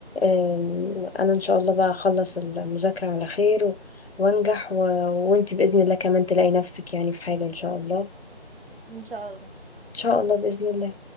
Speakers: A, on the left; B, on the right.
A: آم، انا ان شاء الله بقى اخلص المذاكرة على خير و- وانجح و... وانت بإذن الله كمان تلاقي نفسك يعني في حاجة ان شاء الله
B: ان شاء الله
A: ان شاء الله بإذن الله